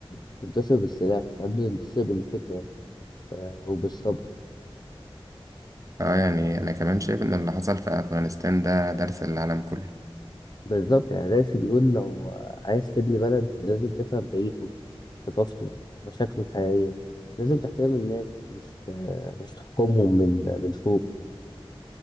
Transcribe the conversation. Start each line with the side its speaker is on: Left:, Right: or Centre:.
Left: بتنتصر بالسلاح ساعات بتنتصر بالفكرة آه، وبالصبر
Right: اه يعني أنا كمان شايف إن اللي حصل في أفغانستان ده درس للعالم كله
Left: بالظبط يعني راسي بيقول لو عايز تبني بلد لازم تفهم تاريخه ثقافته مشاكله الحقيقية لازم تحترم الناس مش مش تحكمهم من من فوق